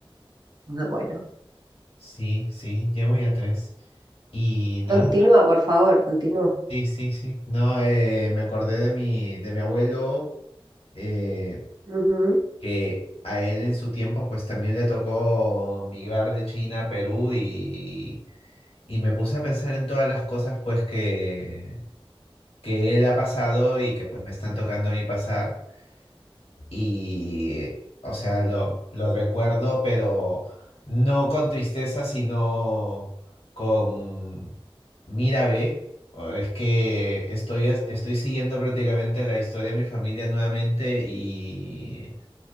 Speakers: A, on the right; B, on the left.
A: Ah, bueno.
B: Sí, sí, llevo ya tres. Y nada,
A: Continúa, por favor, continúa.
B: sí, sí, sí. No, eh, me acordé de mi, de mi abuelo, eh,
A: Ujú.
B: que a él en su tiempo pues también le tocó migrar de China a Perú y Y me puse a pensar en todas las cosas pues que, que él ha pasado y que pues me están tocando a mí pasar. Y, o sea, lo, lo recuerdo, pero no con tristeza, sino con, mira, ve, o es que estoy, as- estoy siguiendo prácticamente la historia de mi familia nuevamente y,